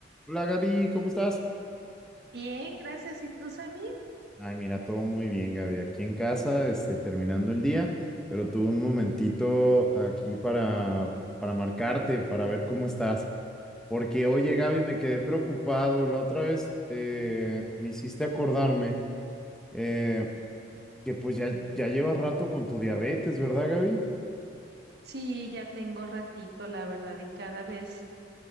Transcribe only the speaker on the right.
Bien, gracias. ¿Y tú, Sammy?
Sí, ya tengo ratito, la verdad, y cada vez